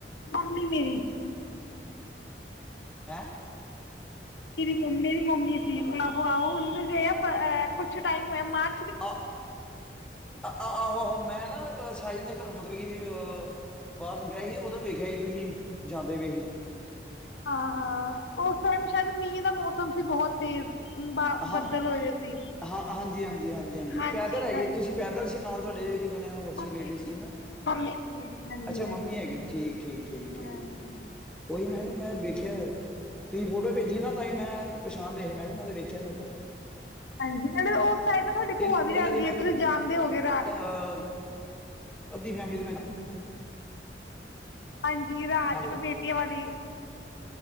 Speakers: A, on the left (about 85°); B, in the centre.
A: ਮਾਮੀ ਮੇਰੀ
B: ਹੈਂ!
A: <unintelligible> ਮੰਮੀੇ ਦੀ ਮ ਦੀ ਸੀ
B: ਹੈਲੋ
A: ਆਹੋ ਉੰਦੇ <unintelligible> ਕੁਛ ਟਾਈਮ ਹੋਇਆ ਮਾਰ
B: ਆ ਆਹੋ-ਆਹੋ ਮੈਂ ਨਾ ਸਾਇਲ ਦੇ ਘਰੋਂ ਮਗਰੀ ਕਿ ਅ ਅਹ ਬਾਹਰ ਨਿਕਲਿਆ ਸੀ, ਉਦੋਂ ਵੇਖਿਆ ਹੀ ਤੁਸੀਂ ਜਾਂਦੇ ਪਏ ਸੀ।
A: ਹਾਂ-ਹਾਂ, ਓਸ ਟਾਈਮ ਸ਼ਾਇਦ ਮੀਂਹ ਦਾ ਮੌਸਮ ਸੀ ਬਹੁਤ ਤੇਜ਼ ਬ
B: ਹਾਂ-ਹਾਂ
A: ਬੱਦਲ ਹੋਏ ਦੇ ਸੀ
B: ਹਾਂਜੀ-ਹਾਂਜੀ-ਹਾਂਜੀ-ਹਾਂਜੀ
A: ਹਾਂਜੀ
B: ਪੈਦਲ ਹੈਗੇ
A: ਹਾਂਜੀ
B: ਤੁਸੀਂ ਪੈਦਲ ਸੀ ਨਾਲ ਤੁਹਾਡੇ ਇਕ ਜਣੇ ਹੋਰ ਸੀ
A: ਮੰਮੀ
B: ਲੇਡੀਜ਼ ਜੀ ਨਾ
A: ਮੰਮੀ ਸੀ ਮੇਰੀ ਹਾਂਜੀ
B: ਅੱਛਾ ਮੰਮੀ
A: ਹਾਂਜੀ
B: ਹੈਗੇ ਠੀਕ-ਠੀਕ- ਠੀਕ-ਠੀਕ
A: ਹਾਂਜੀ
B: ਉਹੀ ਮੈਂ ਕਿਹਾ ਮੈਂ ਵੇਖਿਆ ਤੁਸੀਂ ਫੋਟੋ ਭੇਜੀ ਨਾ ਤਾਂਹੀ ਮੈਂ ਪਛਾਣ ਲਏ ਮੈਂ ਕਿਹਾ ਮੈਂ ਤੇ ਵੇਖ ਖਿਆ ਤਾਨੂੰ।
A: ਹਾਂਜੀ ਨਾਲ ਓਸ ਸਾਈਡ ਨਾ ਤੁਹਾਡੀ ਭੂਆ
B: ਇਹਨਾਂ
A: ਵੀ ਰਹਿੰਦੀ
B: ਦੀ ਮੈਂ
A: ਐ
B: ਅਹ,
A: ਤੁਸੀਂ ਜਾਣਦੇ ਹੋਓਗੇ।
B: <inaudible> ਅੱਧੀ ਫੈਮਿਲੀ ਤੇ ਮੈਂ
A: ਹਾਂਜੀ, ਰਾਜ
B: ਹੈਲੋ
A: ਕਮੇਟੀਆਂ ਆਲੀ